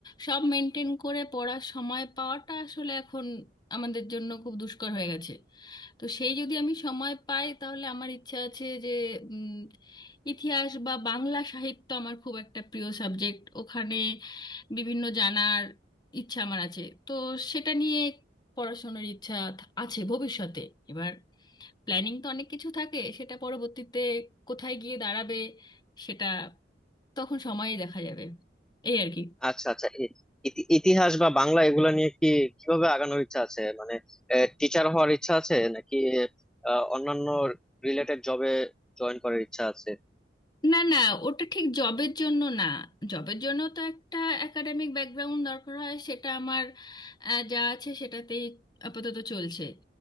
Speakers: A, on the left; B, in the centre.
A: সব মেনটেন করে পড়ার সময় পাওয়াটা আসলে এখন আমাদের জন্য খুব দুষ্কর হয়ে গেছে তো সেই যদি আমি সময় পাই তাহলে আমার ইচ্ছা আছে যে উম, ইতিহাস বা বাংলা সাহিত্য আমার খুব একটা প্রিয় সাবজেক্ট ওখানে বিভিন্ন জানার ইচ্ছা আমার আছে তো সেটা নিয়ে পড়াশোনার ইচ্ছা থা- আছে ভবিষ্যতে এবার প্ল্যানিং তো অনেক কিছু থাকে সেটা পরবর্তীতে কোথায় গিয়ে দাঁড়াবে সেটা তখন সময়ে দেখা যাবে এই আর কি
B: আচ্ছা আচ্ছা ই- ইতি- ইতিহাস বা বাংলা এগুলা নিয়ে কি কিভাবে আগানোর ইচ্ছা আছে মানে টিচার হওয়ার ইচ্ছা আছে নাকি আহ, অন্যান্য রিলেটেড জবে জয়েন করার ইচ্ছা আছে
A: না না ওটা ঠিক জবের জন্য না জবের জন্য তো একটা একাডেমিক ব্যাকগ্রাউন্ড দরকার হয় সেটা আমার আহ, যা আছে সেটাতেই আপাতত চলছে